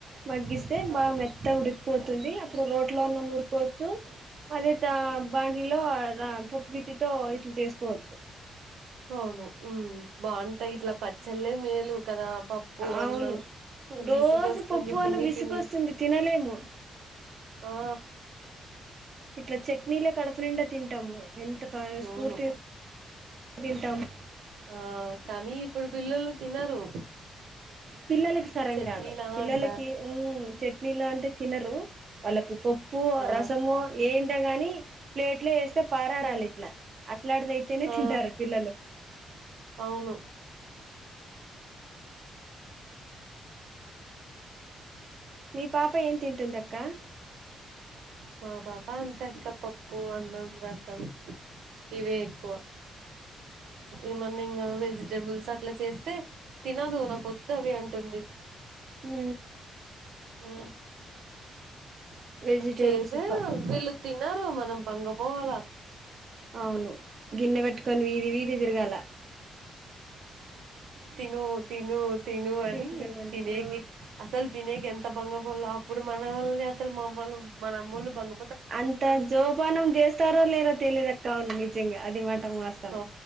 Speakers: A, on the right (about 40°); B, on the right (about 80°).
A: మగ్గిస్తే
B: ఆ!
A: బాగా మెత్త త్త ఉడికిపోతుంది ఆ టైటిల్పై అప్పుడు రోట్లో లో అన్న నూరుకోవచ్చు పది త బండ్లో రా పప్పు గిత్తితో ఇట్లా చేసుకోవచ్చు
B: అవును ఉమ్ బాగుంటాయి ఇట్ల పచ్చళ్లే మేలు కదా పప్పు
A: అవును
B: అన్నం విసుగోస్తుంది
A: రోజు పప్పు అన్న
B: తిని
A: విసుకొస్తుంది
B: తిని
A: తినలేము
B: ఆ
A: ఇట్ల చట్నీలో కడుపు నిండా తింటాము ఎంత మనస్ఫూర్తి
B: అవును
A: గా తింటాము
B: ఆ కానీ ఇప్పుడు పిల్లలు తినరు
A: పిల్లలకి సరం
B: చట్నీలా
A: కాదు పిల్లలకి
B: అంటారు
A: ఉ చట్నీలో అంటే తినరు వాళ్ళకి పప్పు
B: ఆ
A: రసము ఏంటో గాని ప్లేట్లో వేస్తే పారాడాలి ఇట్ల అట్లాంటిది అయితేనే
B: ఆ
A: తింటారు పిల్లలు
B: అవును
A: మీ పాప ఏం తింటుంది అక్క
B: మా పాప అంతె ఇంక పప్పు అన్నం రసం ఇవే ఎక్కువ ఏమన్న ఇంక వెజిటబుల్స్ అట్లా చేస్తే తినదు నాకు వద్దు అవి అంటుంది
A: హు
B: ఆ
A: వెజిటేబుల్స్
B: మనం చేసే
A: ప
B: వీళ్ళు తినరు మనం బంగపోవాల
A: అవును గిన్నె పెట్టుకొని వీధి వీధి తిరగాల
B: తిను తిను తెను అని
A: తిందామని
B: తినేకి
A: ఆ
B: అసలు తినేకె ఎంత బంగపోలో అప్పుడు మన వాల్ని అసలు మా అమ్మలు మన అమ్మలు బంగ
A: అంత జోపానం చేస్తారో లేదో తెలియదు కావును నిజంగా అది మాట మస్తు
B: ఓ